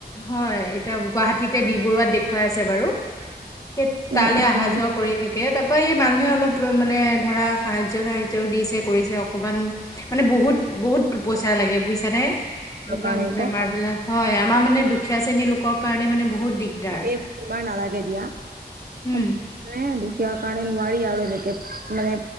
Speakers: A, on the left (about 20°); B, on the right (about 60°).
A: হয়, এতিয়া গুৱাহাটীতে বি বৰুৱাত দেখুৱাই আছে বাৰু। সেই
B: উম,
A: তালৈ
B: উম,
A: আহা-যোৱা
B: উম।
A: কৰি থাকে। তাৰপৰা এই মানুহে অলপ মানে ধৰা সাহায্য-চাহায্য‌ও দিছে কৰিছে অকনমান, মানে বহুত - বহুত পইচা লাগে বুজিছা নে, এইবিলাক
B: কাৰণে
A: বেমাৰবিলাক
B: গম
A: হয়। আমাৰ মানে দুখীয়া শ্ৰেণী লোকৰ কাৰণে মানে বহুত দিগদাৰ
B: এইবোৰ তোমাৰ নালাগে দিয়া। সোম
A: উম
B: <inaudible> পাই আৰু ইয়াৰ কাৰণে নোৱাৰি আৰু এনেকে, মানে